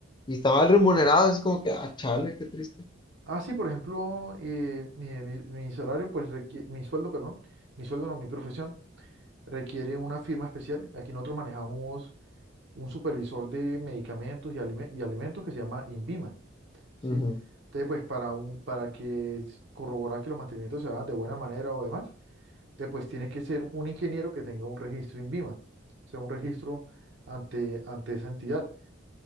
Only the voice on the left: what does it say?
Y está mal remunerado, es como que, ah, chale, qué triste.
Ujú,